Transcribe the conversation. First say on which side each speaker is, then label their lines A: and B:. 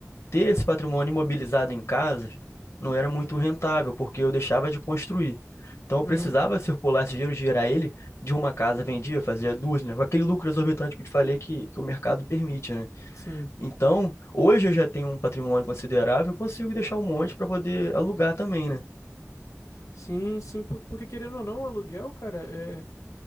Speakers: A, on the left; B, on the left.
A: ter esse patrimônio imobilizado em casas não era muito rentável, porque eu deixava de construir. Então, eu
B: Uhum,
A: precisava circular esse dinheiro, girar ele de uma casa, vendia, fazia duas, né? Com aquele lucro exorbitante que eu te falei que, que o mercado permite, né?
B: sim.
A: Então, hoje eu já tenho um patrimônio considerável, eu consigo deixar um monte para poder alugar também, né?
B: Sim, sim, por- porque querendo ou não, aluguel, cara, é